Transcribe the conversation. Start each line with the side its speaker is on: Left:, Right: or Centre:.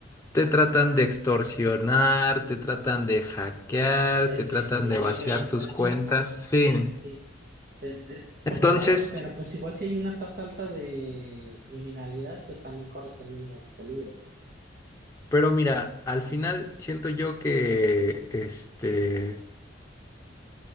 Left: te tratan de extorsionar, te tratan de hackear,
Right: de
Left: te
Right: vender,
Left: tratan de vaciar
Right: o sea,
Left: tus
Right: sí,
Left: cuentas. Sí.
Right: sí, sí, es, es
Left: Entonces,
Right: complicado, pero pues igual si hay una tasa alta de criminalidad, pues también corres el mismo peligro,
Left: pero mira, al final siento yo que este